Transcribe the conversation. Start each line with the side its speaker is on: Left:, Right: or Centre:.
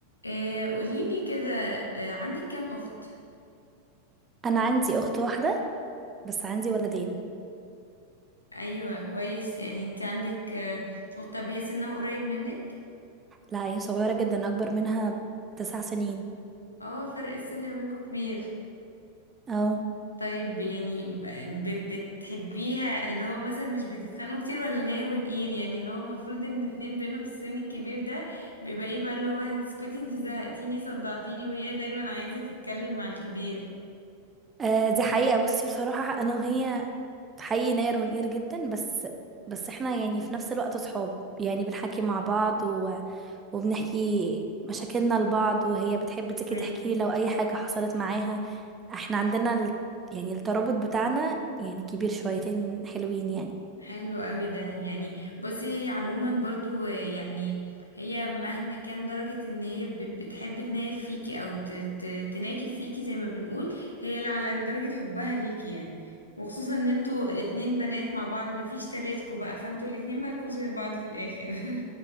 Left: آه قوليلي كده آه عندك كام أخت؟
Right: انا عندي اخت واحده بس عندي ولدين
Left: أيوة كويس يعني انت عندك آه أخت طب هي سنها قريب منك؟
Right: لا هي صغيره جدا اكبر منها تسع سنين
Left: اه فرق السن ما بينكم كبير
Right: اه
Left: طيب يعني ب بتحبيها اللي هو مثلا مش بتتخانقوا كتير ولا ناير ونقير يعني اللي هو المفروض ان اتنين بينهم السن الكبير ده بيبقى ايه بقى اللي هو انت اسكتي انت زهقتيني صدعتيني وهي دايما عايزة تتكلم مع الكبير
Right: آه، دي حقيقه بصي بصراحه انا وهي حقيقي نقر ونقير جدا بس بس احنا يعني في نفس الوقت صحاب يعني بنحكي مع بعض و... وبنحكي مشاكلنا لبعض وهي بتحب تيجي
Left: كويس
Right: تحكي لي لو اي حاجه حصلت معاها احنا عندنا ال... يعني الترابط بتاعنا يعني كبير شويتين حلوين يعني
Left: حلو قوي ده يعني بصي هي عموما برضو يعني هي مهما كان درجة ان هي ب- بتحب تناير فيكي او ت- ت- تناكب فيكي زي ما بنقول هي اللي على قد درجة حبها ليكي يعني وخصوصا ان انتوا اتنين بنات مع بعض مفيش تلاتكوا بقى فانتوا الاتنين مالكوش غير بعض في الاخر <laughs>